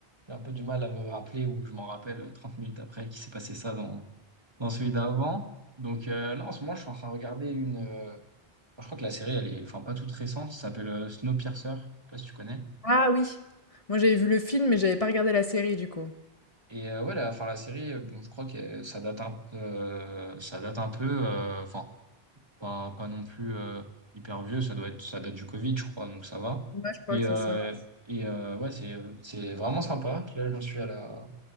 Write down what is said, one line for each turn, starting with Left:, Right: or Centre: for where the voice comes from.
Right: j'ai un peu du mal à me rappeler ou je m'en rappelle euh, 30 minutes après qu'il s'est passé ça dans, dans celui d'avant. Donc euh, là, en ce moment, je suis en train de regarder une... euh, Je crois que la série, elle est enfin pas toute récente, ça s'appelle euh, Snowpiercer, je sais pas si tu connais.
Left: Ah oui! Moi, j'avais vu le film, mais j'avais pas regardé la série, du coup.
Right: Et euh, ouais, la, enfin, la série, euh, bon, je crois que euh, ça date un, euh, ça date un peu. euh, Enfin, pas, pas non plus euh, hyper vieux, ça doit être, ça date du Covid, je crois, donc ça va.
Left: Ouais, je crois
Right: Mais
Left: que
Right: euh,
Left: c'est ça.
Right: et euh, ouais, c'est c'est vraiment sympa. Là, j'en suis à la,